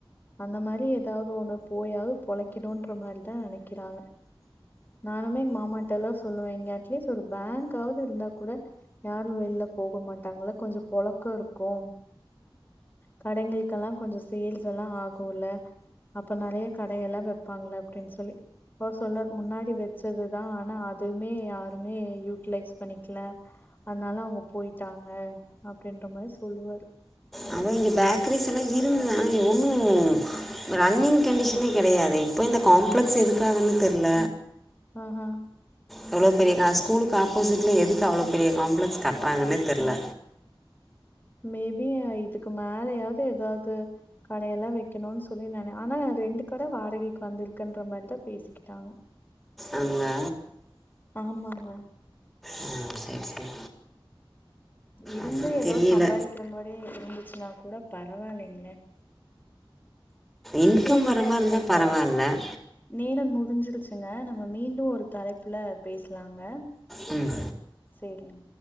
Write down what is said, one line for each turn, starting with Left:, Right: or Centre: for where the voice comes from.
Left: அந்த மாரி ஏதாவது ஒண்ணு போயாவது பொழைக்கணும்ன்ற மாரிதா நனைக்கிறாங்க நானுமே எங்க மாமாட்டல்லா சொல்லுவே இங்க அட்லீஸ்ட் ஒரு பேங்க்காவது இருந்தா கூட யாரு வெல்ல போக மாட்டாங்கள கொஞ்ச பொழக்கோ இருக்கு கடைகளுக்குலா கொஞ்ச சேல்ஸ் எல்லா ஆகுல அப்ப நறையா கடையெல்லா வெப்பாங்கள அப்டின்னு சொல்லி அப்ப சொல்ல முன்னாடி வெச்சதுதா ஆனா அதுமே யாருமே யூட்டிலைஸ் பண்ணிக்கல அதனால அவங்க போயிட்டாங்க அப்படின்ற மாரி சொல்லுவாரு
Centre: அதுவும் இங்க பேக்கரிஸல்லா இருந்ததா ஆ ஒன்னு ரன்னிங் கண்டிஷனே கிடையாதே இப்போ இந்த காம்ப்ளெக்ஸ் எதுக்காகன்னு தெரில
Left: ஆ ஹா
Centre: எவ்வளோ பெரிய கா ஆ ஸ்கூலுக்கு ஆப்போசிட்ல எதுக்கு அவ்வளோ பெரிய காம்ப்ளெக்ஸ் கட்டுறாங்கன்னே தெரியல
Left: மேபி இதுக்கு மேலயாது ஏதாது கடையெல்லா வெக்கணும்னு சொல்லி நானு ஆனா ரெண்டு கட வாடகைக்கு வந்திருக்குன்ற மாரி தா பேசிக் ட்டா
Centre: ஆங்க
Left: ஆமாங்க
Centre: ஓ சரி சரி
Left: இருந்தே
Centre: அதுவும்
Left: ஏதோ
Centre: தெரியல
Left: சம்பாதி க்கிற மாரி இருந்துச்சுனா கூட பரவாயில்லைங்களே
Centre: இன்கம்
Left: ஸேரிங்க
Centre: வர மாதிரி
Left: நமக்கு
Centre: இருந்தால் பரவாயில்ல
Left: நேரம் முடிஞ்சிருச்சுங்க நம்ம மீண்டு ஒரு தலைப்புல பேஸலாங்க
Centre: ம்
Left: சேரிங்க